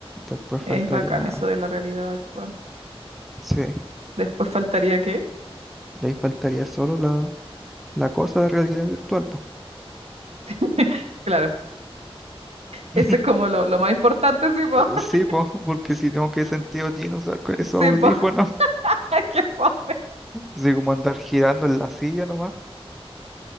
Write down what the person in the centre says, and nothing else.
después faltaría,
sí,
de ahí faltaría solo la, la cosa de realidad virtual, pues.
<laughs>
Sí, pues, porque si no, ¿qué sentido tiene usar con esos
audífonos?
Así como andar girando en la silla nomás,